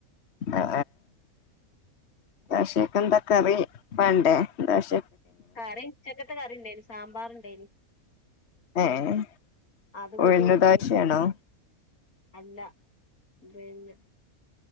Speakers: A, on the left (about 50°); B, on the left (about 80°).
A: ആ ദോശക്ക് എന്താ കറി വേണ്ടേ ദോശ
B: ആടയും ചക്കപയം അറിയേണ്ടെന്നു സാമ്പാർഉണ്ടെനി
A: ഏഹ്
B: അത് കൂട്ടി
A: ഉഴുന്ന്
B: കഴിച്ചു
A: ദോശയാണോ
B: അല്ല പിന്നെ